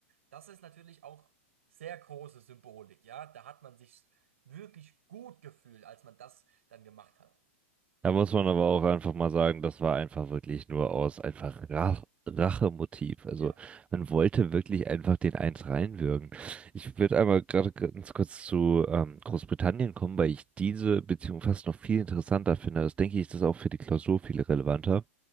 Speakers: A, on the right; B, on the right.
A: Das ist natürlich auch sehr große Symbolik, ja. Da hat man sich wirklich gut gefühlt, als man das dann gemacht hat.
B: Da muss man aber auch einfach mal sagen, das war einfach wirklich nur aus einfach Rach Rachemotiv. Also
A: Ja.
B: man wollte wirklich einfach den Eins reinwürgen. Ich würde einmal gerade ganz kurz zu ähm, Großbritannien kommen, weil ich diese Beziehung fast noch viel interessanter finde. Das denke ich, ist das auch für die Klausur viel relevanter,